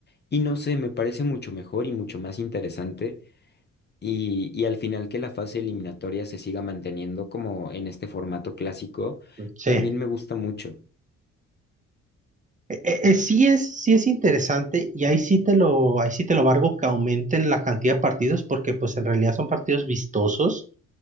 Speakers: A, on the left; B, on the right.
A: Y no sé, me parece mucho mejor y mucho más interesante y, y al final que la fase eliminatoria se siga manteniendo como en este formato clásico,
B: sí.
A: también me gusta mucho.
B: E- e- e- sí es, sí es interesante y ahí sí te lo, ahí sí te lo valgo que aumenten la cantidad de partidos porque pues en realidad son partidos vistosos